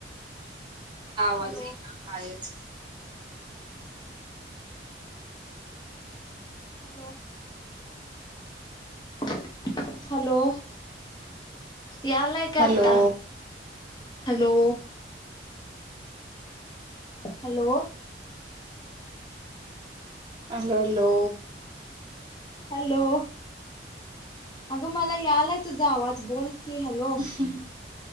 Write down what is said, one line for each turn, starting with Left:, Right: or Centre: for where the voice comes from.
Right: आवाज
Left: हॅलो
Right: इना कायच.
Left: Hello, hello, hello. Hello. <inaudible> Hello. यालाय का
Right: हॅलो
Left: आता? Hello. Hello.
Right: Hello, hello.
Left: Hello. अगं मला यालाय तुझा आवाज. बोल की. हॅलो.
Right: हॅलो.